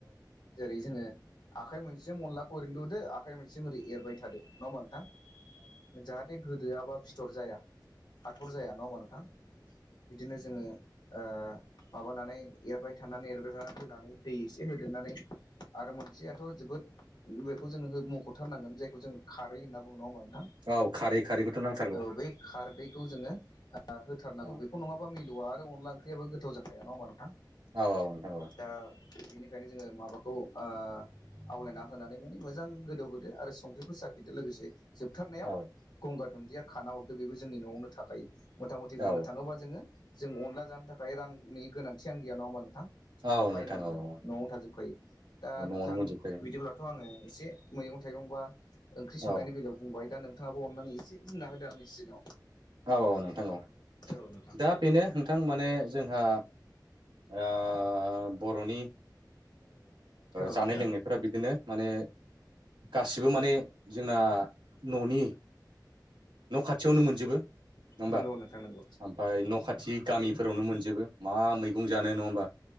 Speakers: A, on the left; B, on the right.
A: जेरै जोङो आखाइ मोनसेजों अनलाखौ ओरै लुदो आखाइ मोनसेजों ओरै एरबाय थादो नङा होमबा नोंथां। जाहाथे गोदोआबा फिथर जाया हाथर जाया नङा होनबा नोंथां बिदिनो जोङो ओ माबानानै एरबाय थानानै एरबाय थानानै होनानै दै एसे होदेरनानै आरो मोनसेयाथ' जोबोद बेखौ जोङो मख'थारनांगोन जायखौ जों खारै होन्ना बुङो नङा होनबा नोंथां।
B: औ खारै खारैखौथ' नांथारगौ।
A: औ बै खारदैखौ जोङो होथारनांगौ
B: औ
A: बेखौ नङाबा मिलौवा आरो अनला ओंख्रियाबो गोथाव जा नङा होमबा नोंथां?
B: औ औ नोंथां औ।
A: ओ दा बेनिखायनो जोङो माबाखौ ओ आवलायना होनानै माने मोजां गोदौहोदो आरो संख्रिफोर साखिदो लोगोसे जोबथारनायाव
B: औ
A: गंगार दुन्दिया खाना हरदो बेबो जोंनि न'आवनो थाखायो। मथा मथि
B: औ
A: बुंनो थाङोबा जोङो जों अनला जानो थाखाय रां नि गोनांथियानो गैया नङा होनबा नोंथां।
B: औ
A: बायनांगौनि
B: नोंथां औ औ
A: न'आव थाजोबखायो दा
B: न'आवनो
A: नोंथां
B: मोनजोबखायो
A: बिदिब्ला थ' आङो एसे मैं थाइगं बा ओंख्रि
B: औ
A: संनायनि बेलायाव बुंबाय। दा नों थाङाबो अननानै एसे बुंना होदो आंनि सिगाङाव।
B: औ औ नोंथां औ
A: औ नोंथां
B: दा बेनो नोंथां माने जोंहा ओ बर'नि
A: औ
B: जानाय
A: नोंथां
B: लोंनायफोरा बिदिनो माने गासिबो माने जोंना न'नि। न' खाथियावनो मोनजोबो नङा होमबा
A: नंगौ नोंथां नंगौ
B: ओमफ्राय न' खाथि
A: सैथो
B: गामिफोरावनो मोनजोबो। मा मैगं जानो नङा होमबा।